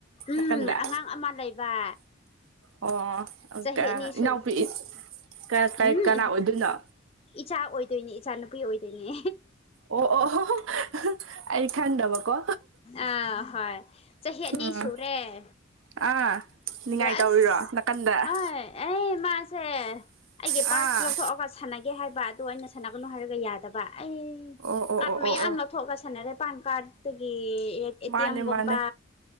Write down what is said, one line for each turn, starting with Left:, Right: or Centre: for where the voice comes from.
Left: ꯎꯝ
Right: ꯅꯥꯀꯟꯗ
Left: ꯑꯉꯥꯡ ꯑꯃ ꯂꯩꯕ
Right: ꯑꯣ
Left: ꯆꯍꯤ
Right: ꯀ
Left: ꯑꯅꯤ ꯁꯨ
Right: ꯏꯅꯥꯎꯄꯤ ꯀ ꯀꯩ
Left: ꯎꯝ
Right: ꯀꯅꯥ ꯑꯣꯏꯗꯣꯏꯅꯣ
Left: ꯏꯆꯥ ꯑꯣꯏꯗꯣꯏꯅꯦ ꯏꯆꯥꯅꯨꯄꯤ ꯑꯣꯏꯗꯣꯏꯅꯦ
Right: ꯑꯣ ꯑꯣ ꯑꯩ ꯈꯥꯟꯗꯕꯀꯣ
Left: ꯑꯥ ꯍꯣꯏ ꯆꯍꯤ ꯑꯅꯤ
Right: ꯎꯝ
Left: ꯁꯨꯔꯦ
Right: ꯑꯥ ꯉꯥꯏ
Left: ꯑꯗꯣ ꯑꯁ
Right: ꯇꯧꯔꯤꯔꯣ ꯅꯥꯀꯟꯗ
Left: ꯍꯣꯏ ꯑꯩ ꯃꯥꯁꯦ ꯑꯩꯒꯤ
Right: ꯑꯥ
Left: ꯄꯥꯔꯁ ꯂꯧꯊꯣꯛꯑꯒ ꯁꯥꯟꯅꯒꯦ ꯍꯥꯏꯕ ꯑꯗꯣ ꯑꯩꯅ ꯁꯥꯟꯅꯒꯅꯨ ꯍꯥꯏꯔꯒ ꯌꯥꯗꯕ ꯑꯩ
Right: ꯑꯣ ꯑꯣ
Left: ꯀꯥꯔꯠ
Right: ꯑꯣ ꯑꯣ
Left: ꯃꯌꯥꯝ
Right: ꯑꯣ
Left: ꯂꯧ ꯊꯣꯛꯑꯂꯒ ꯁꯥꯟꯅꯔꯦ ꯄꯥꯟ ꯀꯥꯔꯗꯒꯤ ꯑꯦꯇꯤꯑꯦꯝꯒꯨꯝꯕ
Right: ꯃꯥꯅꯦ ꯃꯥꯅꯦ